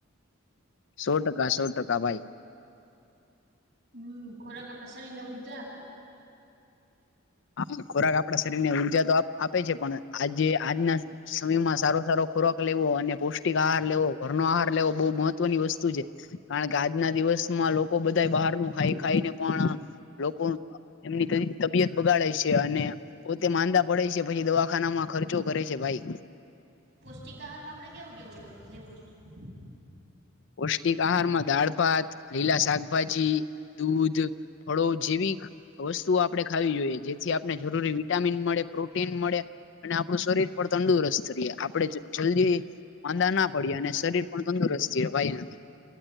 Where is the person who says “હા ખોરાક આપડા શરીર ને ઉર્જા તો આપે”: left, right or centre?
Left